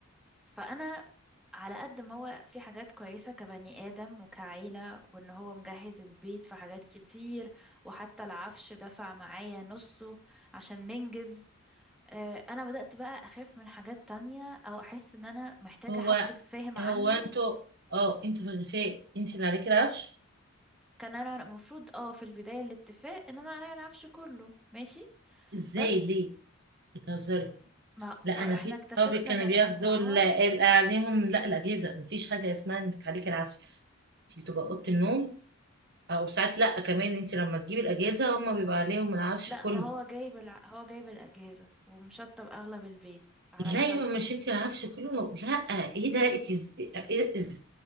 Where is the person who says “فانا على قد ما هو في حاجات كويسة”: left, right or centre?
Centre